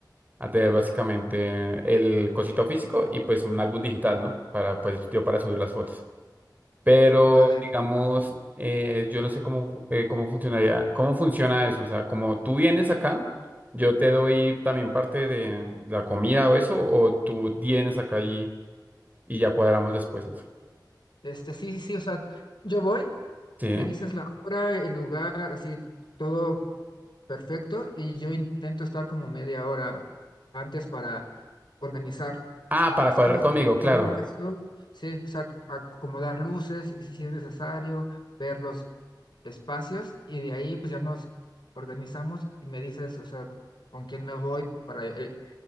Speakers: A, on the right; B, on the left.
A: a tener básicamente el cosito físico y pues un álbum digital, ¿no? Para, pues yo para subir las fotos. Pero,
B: Vale,
A: digamos, eh, yo no sé cómo, fu- eh, cómo funcionaría, cómo funciona eso. O sea, como tú vienes acá, yo te doy también parte de la comida o eso, o tú vienes acá y, y ya cuadramos después eso.
B: este sí, sí, o sea, yo voy,
A: Sí.
B: me dices la hora, el lugar, así todo perfecto y yo intento estar como media hora antes para organizar
A: Ah, para
B: las
A: cuadrar
B: cosas,
A: conmigo, claro.
B: ver la locación, sí, o sea, acomodar luces si si es necesario, ver los espacios y de ahí pues ya nos organizamos y me dices, o sea, con quién me voy para eh,